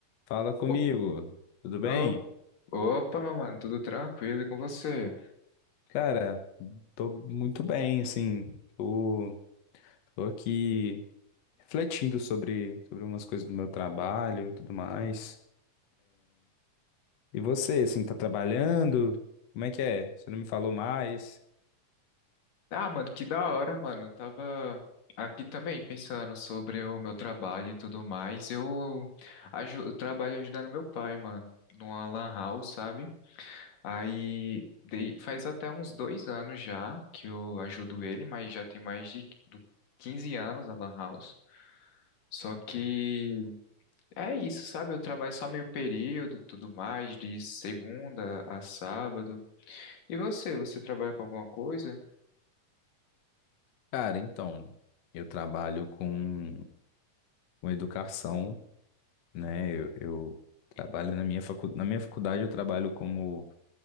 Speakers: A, on the left; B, on the left.
A: Fala comigo,
B: Op-
A: tudo bem?
B: op- Opa, mano, tudo tranquilo e com você?
A: Cara, tô muito bem, assim, tô, tô aqui refletindo sobre, sobre umas coisas do meu trabalho e tudo mais. E você, assim, tá trabalhando? Como é que é? Você não me falou mais?
B: Ah, mano, que da hora, mano. Eu tava aqui também pensando sobre o meu trabalho e tudo mais. Eu, aju eu trabalho ajudando meu pai, mano, numa lan house, sabe? Aí dei- faz até uns dois anos já que eu ajudo ele, mas já tem mais de do 15 anos a lan house. Só que é isso, sabe? Eu trabalho só meio período, tudo mais, de segunda a sábado. E você, você trabalha com alguma coisa?
A: Cara, então, eu trabalho com, com educação, né? Eu, eu trabalho na minha facu... na minha faculdade, eu trabalho como